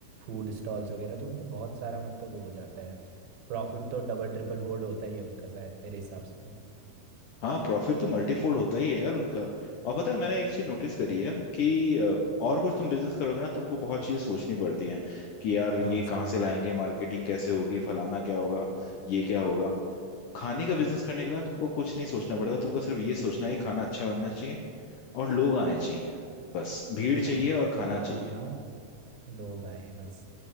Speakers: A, on the right; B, on the left.
A: फूड स्टॉल्स वगैरह तो उनके बहुत सारा मतलब वो हो जाता है प्रॉफिट तो डबल ट्रिपल फोल्ड होता ही है उनका शायद मेरे हिसाब से तो
B: हाँ प्रॉफिट तो मल्टीफोल्ड होता ही है यार उनका और पता है मैंने एक चीज नोटिस करी है कि अ, और कुछ तुम बिजनेस करोगे ना तुमको बहुत चीजें सोचनी पड़ती हैं कि यार
A: हाँ
B: ये
A: सही
B: कहाँ
A: कहा
B: से लाएंगे मार्केटिंग कैसे होगी फलाना क्या होगा ये क्या होगा खाने का बिजनेस करने के लिए ना तुमको कुछ नहीं सोचना पड़ता तुमको सिर्फ ये सोचना है कि खाना अच्छा बनना चाहिए और लोग आने चाहिए बस भीड़
A: हाँ
B: चाहिए और खाना
A: खाना
B: चाहिए
A: बनाओ लोग आए बस